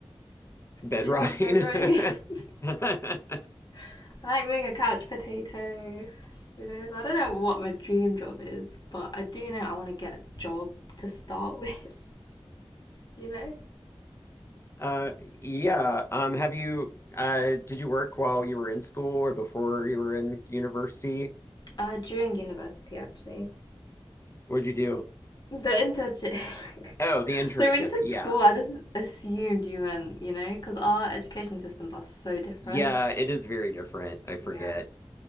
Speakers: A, on the left; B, on the left.
A: Bed
B: Do you
A: rotting?
B: know what bedrotting is?
A: <laughs>
B: <laughs> I like being a couch potato, you know? So I don't know what my dream job is, but I do know I want to get a job to start <laughs> with, you know?
A: Uh yeah, um have you uh did you work while you were in school or before you were in university?
B: Uh, during university, actually.
A: What'd you do?
B: The interchange. <laughs>
A: Oh, the internship.
B: So when you said
A: Yeah.
B: school, I just assumed you meant, you know, because our education systems are so different.
A: Yeah, it is very different. I forget.
B: Yeah.